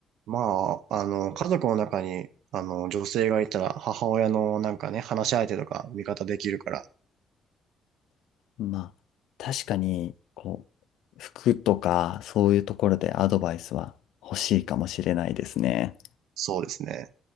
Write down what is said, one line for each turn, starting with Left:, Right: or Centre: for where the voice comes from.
Right: まあ、あの、家族の中に、あの、女性がいたら、母親のなんかね、話し相手とか味方できるから、
Left: ん、まあ、確かに、こう、服とか、そういうところでアドバイスは欲しいかもしれないですね。
Right: そうですね。